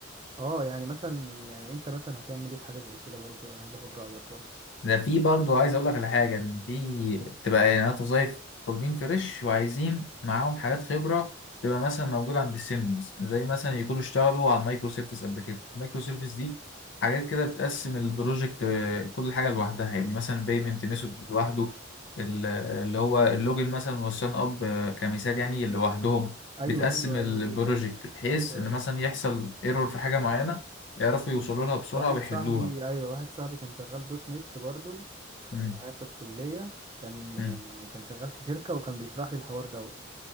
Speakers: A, on the right; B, on the left.
A: اه يعني مثلا يعني انت مثلا هتعمل ايه في حاجة زي كده برضو انا عايز اخد رأيك برضو
B: ده في برضه عايز اقول لك على حاجه ان في بتبقى اعلانات وظايف طالبين فريش وعايزين معاهم حاجات خبره تبقى مثلا موجوده عند السيميوز زي مثلا يكونوا اشتغلوا على المايكرو سيرفيس قبل كده المايكرو سيرفيس دي حاجات كده بتقسم البروجكت آه، كل حاجه لوحدها يعني مثلا بيمنت ميثود لوحده ال- اللي هو اللوجن مثلا والسان اب آه، كمثال يعني لوحدهم
A: ايوه
B: بتقسم
A: ايوه
B: البروجكت
A: ايوه ايوه
B: بحيث
A: ايوه
B: ان
A: ايوه
B: مثلا يحصل ايرور في حاجه معينه يعرفوا يوصلوا لها بسرعه
A: واحد
B: ويحلوها
A: صاحبي ايوه واحد صاحبي كان شغال دوت نت برضو كان
B: مم.
A: معايا في الكلية كان
B: مم.
A: كان شغال في شركة وكان بيشرح لي الحوار دوت